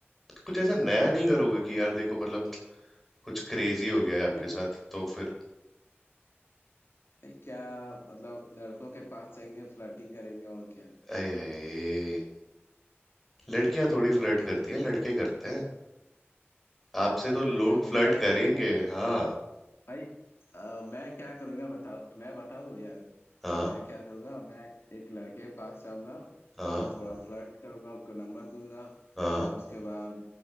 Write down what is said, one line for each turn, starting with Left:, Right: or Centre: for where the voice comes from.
Centre: कुछ ऐसा नया नहीं करोगे कि यार देखो मतलब कुछ क्रेजी हो गया है आपके
Left: भाई
Centre: साथ तो फिर
Left: भाई क्या मतलब लड़कों के पास जाएंगे फ्लर्टिंग करेंगे और क्या
Centre: अये हये लड़कियां थोड़ी फ्लर्ट करती हैं लड़के करते हैं आपसे तो लोग
Left: वैसे हम
Centre: फ्लर्ट
Left: उल्टा करेंगे
Centre: करेंगे हाँ
Left: भाई अ, मैं क्या करूंगा बताओ मैं बताऊं यार
Centre: हाँ
Left: मैं क्या करूंगा मैं एक लड़के के पास जाऊंगा
Centre: हाँ
Left: उसको थोड़ा फ्लर्ट करूंगा उसको नंबर दूंगा
Centre: हाँ
Left: उसके बाद